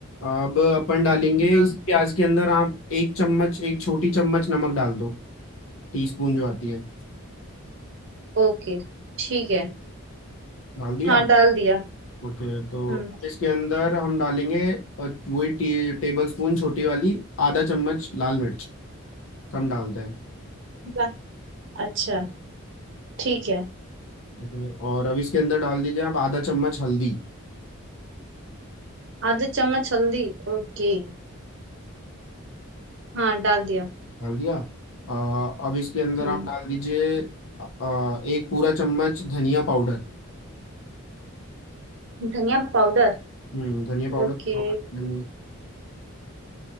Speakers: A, on the left (about 70°); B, on the right (about 55°).
A: अब अपन डालेंगे
B: हाँ
A: इस प्याज के अंदर आप एक चम्मच एक छोटी चम्मच नमक डाल दो टीस्पून जो आती है
B: ओके ठीक है
A: डाल दिया
B: हाँ डाल दिया
A: ओके तो
B: हम्म
A: अब इसके अंदर हम डालेंगे अ, वही टी, टेबल स्पून छोटी वाली आधा चम्मच लाल मिर्च हम डालते हैं
B: वाह, अच्छा ठीक है
A: देखिए, और अब इसके अंदर डाल दीजिए आप आधा चम्मच हल्दी
B: आधा चम्मच हल्दी ओके हाँ डाल दिया
A: डाल दिया आ, अब इसके अंदर
B: हम्म
A: आप डाल दीजिए आ, एक पूरा चम्मच धनिया पाउडर
B: धनिया पाउडर
A: हम्म धनिया पाउडर
B: ओके
A: थोड़ा सा में